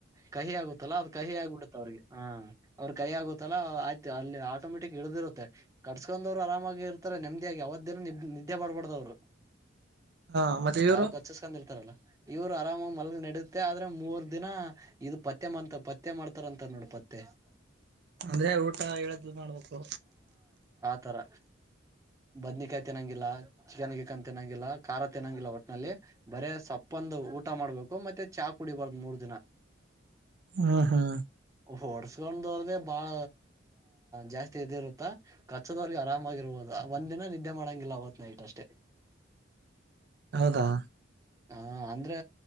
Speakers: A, on the right; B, on the right.
A: ಕಹಿ ಆಗುತ್ತಲ್ಲಾ ಅದ್ ಕಹಿ ಆಗ್ಬಿಡುತ್ತ ಅವ್ರಿಗೆ.
B: <inaudible>
A: ಹ ಅವ್ರ ಕೈ ಆಗುತ್ತಲ್ಲ ಆಯ್ತು ಅಲ್ಲಿ ಆಟೋಮೆಟಿಕ್ ಇಡ್ದಿರುತ್ತೆ ಕಟ್ಸ್ಕೊಂಡ್ವ್ರು ಆರಾಮಾಗಿ ಇರ್ತಾರೆ. ನೆಮ್ಮದಿಯಾಗಿ, ಅವತ್ ದಿನ ನಿ ನಿದ್ದೆ ಮಾಡ್ಬಾರ್ದವ್ರು
B: ಹಾ ಮತ್ತೆ ಇವ್ರು
A: ಹಾವು ಕಚ್ಚಸ್ಕೊಂಡ ಇರ್ತಾರಲ್ಲ. ಇವ್ರು ಆರಾಮಾಗಿ ಮಲ್ಗ ನಡುತ್ತೆ ಆದ್ರೆ ಮೂರ್ ದಿನ ಇದು ಪತ್ತೆ ಮಾಡ್ತ ಪತ್ತೆ ಮಾಡ್ತಾರ ಅಂತಾರ ನೋಡ್ ಪತ್ತೆ, <inaudible>
B: ಅಂದ್ರೆ ಊಟ ಹೇಳಿದ್ದು ಮಾಡ್ಬೇಕು.
A: ತರ ಬದ್ನಕಾಯಿ ತಿನ್ನಂಗಿಲ್ಲ ಚಿಕನ್ ಗಿಕನ್ ತಿನ್ನಂಗಿಲ್ಲ ಖಾರ ತಿನ್ನಂಗಿಲ್ಲ ಒಟ್ನಲ್ಲಿ ಬರೇ ಸೊಪ್ಪ ಪ್ಪಂದು ಊಟ ಮಾಡ್ಬೇಕು ಮತ್ತೆ ಚಾ ಕುಡಿಬಾರ್ದ ಮೂರ್ ದಿನ
B: ಹ್ಮ ಹಾ
A: ಹೊಡಸ್ಕೊಂಡವ್ರ್ದೇ ಬಾಳ ಜಾಸ್ತಿ ಇದಿ ಇರುತ್ತಾ ಕಚ್ಚದವ್ರಿಗೆ ಆರಾಮಾಗಿರ್ಬಹದ ಒಂದ್ ದಿನ ನಿದ್ದೆ ಮಾಡಂಗಿಲ್ಲ ಅವತ ನೈಟ್ ಅಷ್ಟೇ
B: ಹೌದಾ
A: ಹ ಅಂದ್ರೆ